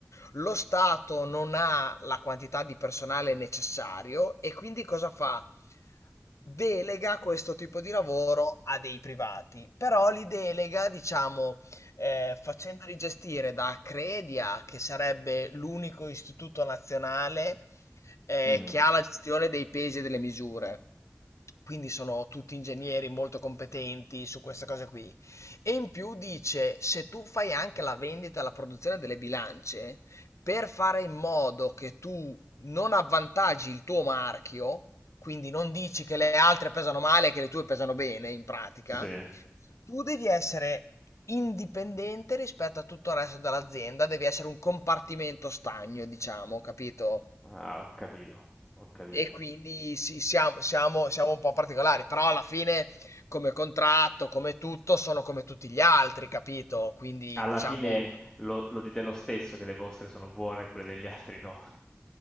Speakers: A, on the left; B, on the left.
A: Lo Stato non ha la quantità di personale necessario e quindi cosa fa? Delega questo tipo di lavoro a dei privati, però li delega, diciamo, eh, facendoli gestire da Credia, che sarebbe l'unico istituto nazionale eh,
B: Mm,
A: che ha la gestione dei pesi e delle misure. Quindi sono tutti ingegneri molto competenti su queste cose qui. E in più dice, se tu fai anche la vendita e la produzione delle bilance, per fare in modo che tu non avvantaggi il tuo marchio, quindi non dici che le altre pesano male e che le tue pesano bene, in pratica,
B: sì.
A: tu devi essere indipendente rispetto a tutto il resto dell'azienda, devi essere un compartimento stagno, diciamo, capito?
B: Ah, ho capito, ho capito.
A: E quindi sì, siamo, siamo, siamo un po' particolari, però alla fine come contratto, come tutto, sono come tutti gli altri, capito? Quindi
B: Alla
A: diciamo...
B: fine lo, lo dite lo stesso che le vostre sono buone e quelle degli altri no.